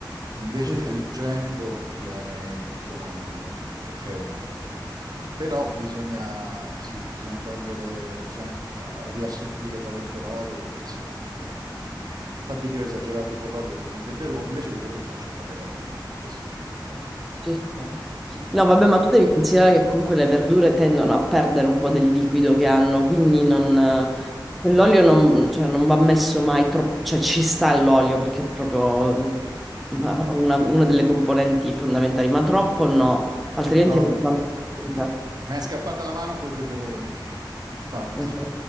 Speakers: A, on the right (about 55°); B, in the centre.
A: Invece
B: Mm,
A: friggendo viene tutto morbido, ma è- era un'altra cosa. Però bisogna, sì, bisogna togliere, bisogna f- riassorbire parecchio l'olio perché sennò ti viene... Infatti lì ho esagerato con l'olio e con i peperoni, invece i peperoni li faccio in padella normali, così e poi...
B: sì, sì. No, vabbè,
A: Eh,
B: ma tu devi considerare che comunque le verdure tendono a perdere un po' del liquido che hanno, quindi non... L'olio non, cioè, non va messo mai troppo, cioè ci sta l'olio perché è proprio mm, una, una delle componenti fondamentali, ma troppo no, altrimenti
A: No,
B: è soltanto. Mhm.
A: mi è scappata la mano coi peperoni, infatti,
B: Mm,